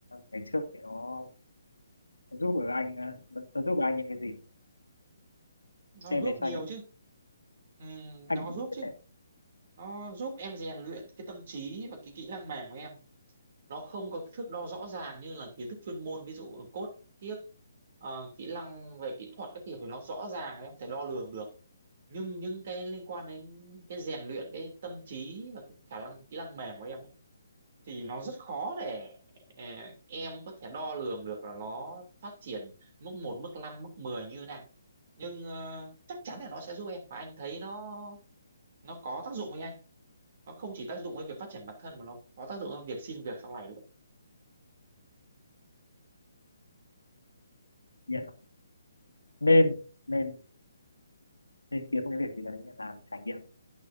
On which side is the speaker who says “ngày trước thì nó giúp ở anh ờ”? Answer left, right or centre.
Left